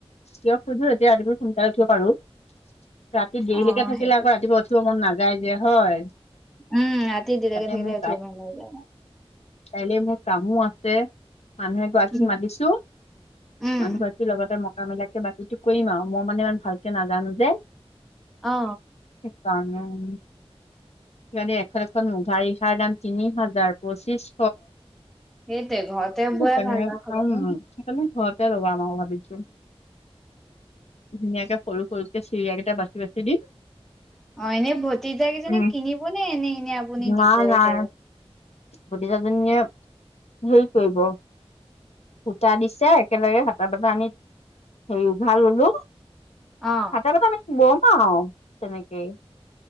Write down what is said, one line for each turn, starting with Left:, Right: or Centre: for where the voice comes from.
Left: কিয় সুধো এতিয়া ৰাতিপুৱ সোনকালে উঠিব পাৰো, ৰাতি দেৰিলৈকে
Centre: অ
Left: থাকিলে
Centre: সেইটো
Left: আকৌ ৰাতিপুৱা উঠি উঠিব মন নাযায় যে হয়।
Centre: উম ৰাতি দেৰিকে
Left: তাতে
Centre: থাকিলে
Left: মোৰ
Centre: উথিব মন নাযায়।
Left: কাইলৈ মোৰ কামো আছে। মানুহ গৰাকীক
Centre: উম
Left: মাতিছো
Centre: উম
Left: মানুহ এগৰাকি, লগতে মকা মিলাকে বাকীটো কৰিম আৰু মই মানে ইমান ভালকে নাজানো যে,
Centre: অ।
Left: সেইকাৰণেও, সেইকাৰণে এখন এখন মুগা‌ ৰিহাৰ দাম তিনি হাজাৰ পঁচিছশ।
Centre: সেইয়াতে ঘৰতে
Left: সেইকাৰণে
Centre: বোৱাই ভাল <unintelligible>
Left: উম সেইকাৰণে ঘৰতে লগাম আৰু ভাবিছো। ধুনীয়াকে সৰু সৰুকে চিৰিয়াকেইটা বাচি বাচি দিম।
Centre: অ এনেই ভতিজা কেইজনিক
Left: উম
Centre: কিনিব নে এনেই এনে আপুনি
Left: নাই
Centre: দিবহে
Left: নাই ভতিজা জনীয়ে, হেৰিত কৰিব। সূতা দিছে, একেলগে হাটা বাটা আনি হেৰি উঘাৰ ললো।
Centre: অ
Left: হাটা বাটা আমি বম আৰু তেনেকেই।